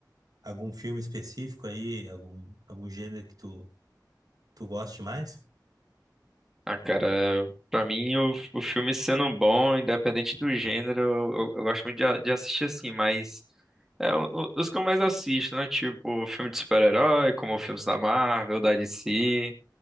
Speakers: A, on the right; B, in the centre.
A: algum filme específico aí, algum, algum gênero que tu, tu goste mais?
B: Ah, cara, eu- pra mim o, o filme sendo bom, independente do gênero, eu, eu- eu gosto muito de, a- de assistir assim, mas é, o- o- os que eu mais assisto, né? Tipo, filme de super-herói, como filmes da Marvel, da DC.